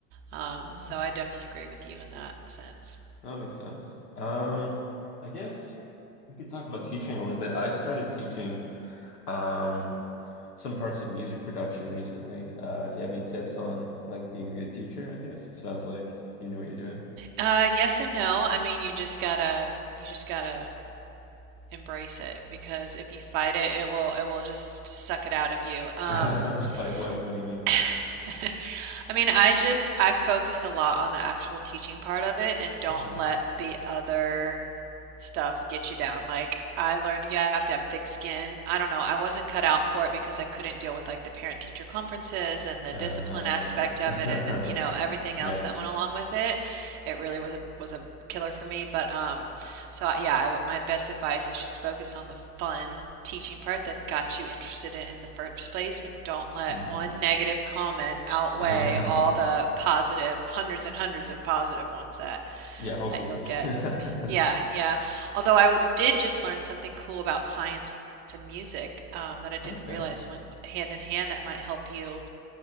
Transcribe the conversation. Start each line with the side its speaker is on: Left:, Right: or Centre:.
Right: Um,
Left: Yeah,
Right: so I definitely agree with you in that sense.
Left: that makes sense. Um, I guess we could talk about teaching a little bit. I started teaching. Um, some parts of music production recently. Uh, do you have any tips on like being a good teacher, I guess? It sounds like you knew what you're doing.
Right: Uh, yes and no. I mean, you just gotta, you just gotta embrace it because if you fight it, it will, it will just suck it out of you. Um,
Left: <laughs> Fight what? What do you mean?
Right: <laughs> I mean, I just I focused a lot on the actual teaching part of it and don't
Left: Okay.
Right: let the other stuff get you down. Like I learned you have to have thick skin. I don't know. I wasn't cut out for it because I couldn't deal with like the parent teacher conferences and the
Left: Uh,
Right: discipline aspect of
Left: <laughs>
Right: it and you know everything
Left: yeah.
Right: else that went along with it. It really was a was a killer for me, but um so yeah, I w my best advice is just focus on the fun teaching part that got you interested in in the first place and don't let
Left: hmm
Right: one negative comment outweigh
Left: <laughs>
Right: all the positive hundreds and hundreds of positive ones that
Left: Yeah, hopefully.
Right: that you'll get.
Left: <laughs>
Right: <clears throat> Yeah, yeah. Although I w- did just learn something cool about science and music um, that I didn't
Left: Okay.
Right: realize went hand in hand that might help you